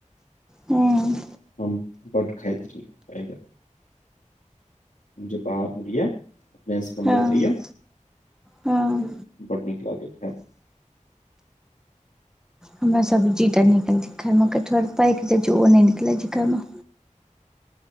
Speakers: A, in the centre; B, on the left.
A: हँ
B: हम बड्ड खैत छी, ऐ बेर मुझे बाहर बुजैये, मैथ्स बनबैत
A: हँ
B: रैये।
A: हँ।
B: बड नीक लागैत हेत?
A: हमरा सब्जी टा निकलै। छोखै में कटहर पैक ओ निकलै छै घरमे